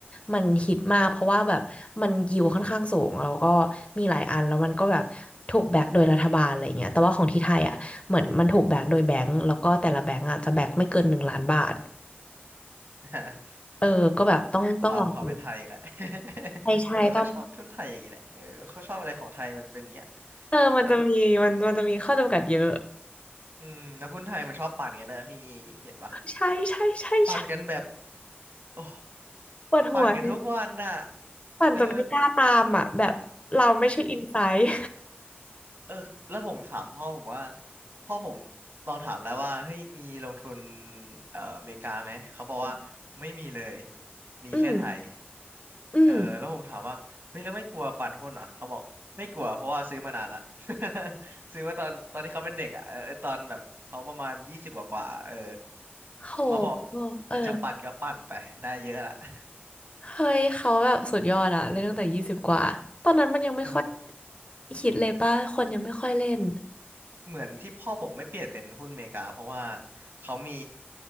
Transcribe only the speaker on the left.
มันฮิตมากเพราะว่าแบบมันยิวค่อนข้างสูงแล้วก็มีหลายอันแล้วมันก็แบบถูกแบกโดยรัฐบาลอะไรเงี้ยแต่ว่าของที่ไทยอ่ะเหมือนมันถูกแบกโดยแบงก์แล้วก็แต่ละแบงก์อ่ะจะแบกไม่เกินหนึ่งล้านบาท
เออก็แบบต้องต้องลองดู
ใช่ใช่ต้อง
เออมันจะมีมันมันจะมีข้อจำกัดเยอะ
ใช่ใช่ใช่ใช่
ปวดหัวเลย
ปั่นจนไม่กล้าตามอ่ะแบบเราไม่ใช่อินไซต์
อื
มอืม
โห
เออ
เฮ้ยเขาแบบสุดยอดอะเล่นตั้งแต่ยี่สิบกว่าตอนนั้นมันยังไม่ค่อย
ฮิตเลยป่ะคนยังไม่ค่อยเล่น